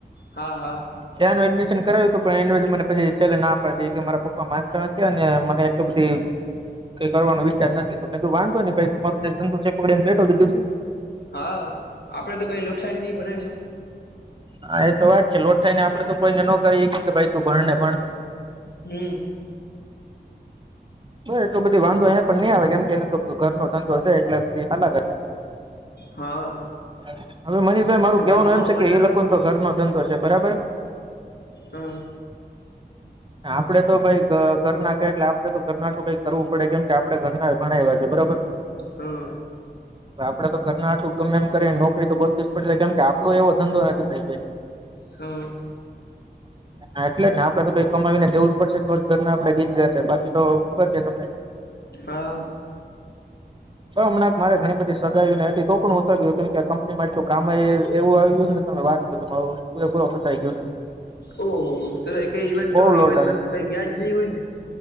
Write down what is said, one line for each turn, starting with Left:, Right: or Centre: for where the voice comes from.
Left: હા હા
Right: ત્યાંનું એડમિશન કરાવ્યું હતું પણ એડિશન મને પછી છેલ્લે ના પડ દ કે મારા પપ્પા માનતા નથી અને મને થી કઈ કરવાનો વિસ્ચાર નથી તો મે તો વાંધતો નને ભાઈ તમારરો જે જંતુ છે એ પકડીને બેઠો દીધુંું
Left: હા આપડે તો કઈ લોઠાઈ નહી બનાવી શકું
Right: હા એ તો વાત છે લોઠાઈ ને આપડે તો કોઈને ન કરી કે ભાઈ તું ભણને ભણ
Left: હમ
Right: એટલો બધી વાંધો એને પણ નહી આવે કેમ કે એનો તો ઘરનો ધંધો છે એટલે બધી હાલા
Left: હા
Right: અ હવે મનીષભાઈ મારું
Left: અને
Right: કેવાનું
Left: બાજુમાં
Right: એમ છે
Left: મોલ
Right: કે
Left: ના
Right: એ લોકો તો ઘર નો ધંધો છે બરાબર
Left: હા
Right: આપડે તો ભાઈ ઘરના કે એટલે આપડે તો ઘરનાું કઈ કરવું પડે કેમ કે આપડ ઘરના ઘણા એવા છે બરોબર
Left: હા
Right: આપડે તો નાું ગમે એમ કરી નોકરી તો કરતી જ પડશે કેમ કે આપડો એવો ધંધો નથી નહી
Left: હા
Right: હા એટલે જને આપડે તો કઈ કમાવીને દેવું જ પડશે તો જ ઘરના આપડે જીત ગયા છે બાકી તો ખબર છે તમને
Left: હા
Right: હમણાક મારે ઘણી બધી સગાઈ ને હતી તો પણ હુંતો ગયો કેમકે છું કામ એવું આવી ગું છે ને તમે વાત કરો તમા પૂરેપૂરો ફસ આ આવી ગયો
Left: ઓહ હો તો કઈ ઇવેન્ટ
Right: બહુ લોડ
Left: ઇવેન્ટમાં
Right: આવી
Left: તો કઈ ગયાજ નહીં હોય ને